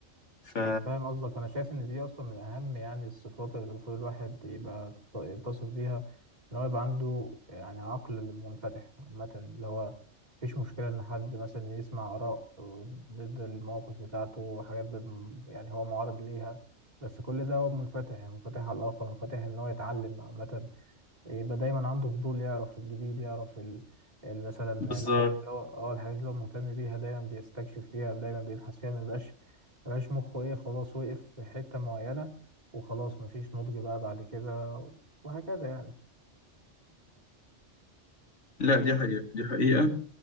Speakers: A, on the left; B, on the right.
A: ف
B: أنا فاهم قصدك أنا شايف إن دي أصلا من أهم يعني الصفات اللي المفروض الواحد يبقى يت- يتصف بيها إن هو يبقى عنده يعني عقل منفتح عامة اللي هو مفيش مشكلة إن حد مثلا يسمع آراء ضد المواقف بتاعته وحاجات بد- يعني هو معارض ليها بس كل ده هو منفتح يعني منفتح على الآخر منفتح إن هو يتعلم عامة يبقى دايما عنده فضول يعرف الجديد يعرف ال... ال- مثلا
A: بالظبط
B: الحاجات اللي هو اه الحاجات اللي هو مهتم بيها دايما بيستكشف فيها دايما بيبحث فيها ما يبقاش ما يبقاش مخه ايه خلاص وقف في حتة معينة وخلاص مفيش نضج بقى بعد كده وهكذا يعني
A: لا دي حقيقة دي حقيقة